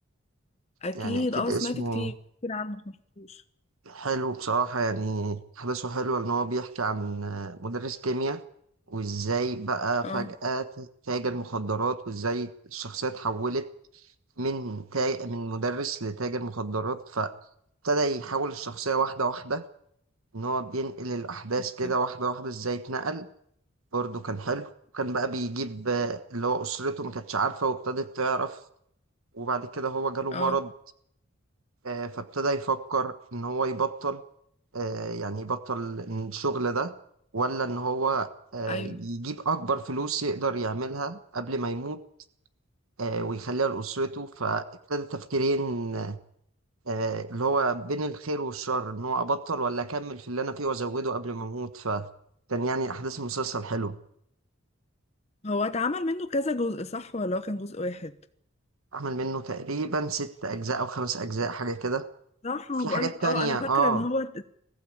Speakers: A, on the left (about 30°); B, on the right (about 80°).
A: اكيد
B: يعني اكيد
A: اه سمعت
B: اسمه
A: كتير كتير عنه بس ما شفتوش
B: حلو بصراحة يعني احداثه حلوة ان هو بيحكي عن آه، مدرس كيمياء وازاي بقى
A: اه
B: فجأة ت- تاجر مخدرات وازاي الشخصية اتحولت من تا... من مدرس لتاجر مخدرات فابتدى يحول الشخصية واحدة واحدة ان هو بينقل الاحداث
A: أوكي.
B: كده واحدة واحدة ازاي اتنقل برضه كان حلو وكان بقى بيجيب آه، اللي هو اسرته ما كانتش عارفة وابتدت تعرف وبعد كده هو جاله
A: اه
B: مرض آه، فابتدى يفكر ان هو يبطل آه، يعني يبطل الشغل ده ولا ان هو آه،
A: ايوه
B: يجيب اكبر فلوس يقدر يعملها قبل ما يموت آه، ويخليها لأسرته فابتدى تفكيرين آه، اللي هو بين الخير والشر ان هو ابطل ولا اكمل في اللي انا فيه وازوده قبل ما اموت فكان يعني احداث المسلسل حلو
A: هو اتعمل منه كذا جزء صح ولا هو كان جزء واحد
B: عمل منه تقريبا ست اجزاء او خمس اجزاء حاجة كده
A: صح ما
B: في
A: بقولك
B: حاجات تانية
A: اه انا فاكره
B: اه
A: ان هو